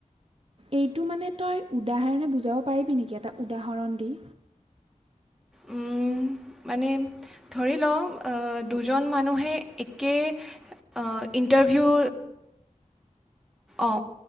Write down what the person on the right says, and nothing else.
এইটো মানে তই উদাহৰণে বুজাব পাৰিবি নেকি এটা উদাহৰণ দি?